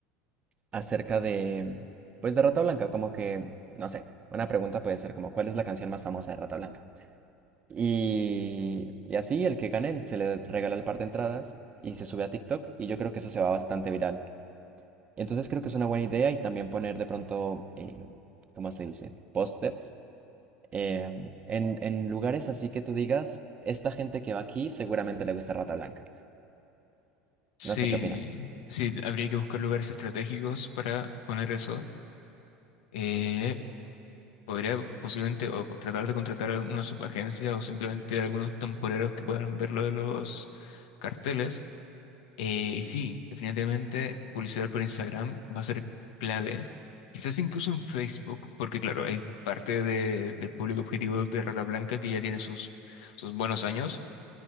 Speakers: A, on the right; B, on the left.
A: acerca de, pues, de Rata Blanca, como que, no sé, una pregunta puede ser como, ¿cuál es la canción más famosa de Rata Blanca? Y, y así el que gane se le regala el par de entradas y se sube a TikTok y yo creo que eso se va bastante viral. Entonces creo que es una buena idea y también poner de pronto, eh, ¿cómo se dice? Pósters eh, en, en lugares así que tú digas, esta gente que va aquí seguramente le gusta Rata Blanca.
B: Sí,
A: No sé qué opinas.
B: sí, habría que buscar lugares estratégicos para poner eso. Eh, podría posiblemente o tratar de contratar alguna subagencia o simplemente algunos temporeros que puedan ver lo de los carteles. Eh, y sí, definitivamente publicidad por Instagram va a ser clave, quizás incluso en Facebook, porque claro, hay parte de- del público objetivo de Rata Blanca que ya tiene sus, sus buenos años,